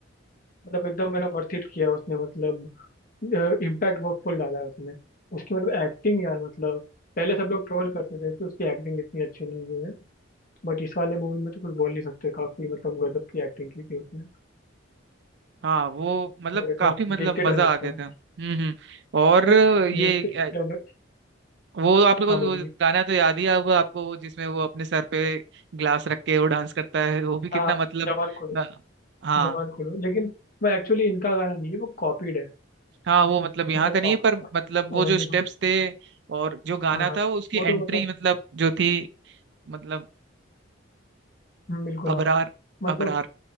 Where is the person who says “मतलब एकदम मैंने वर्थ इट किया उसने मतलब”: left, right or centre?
Left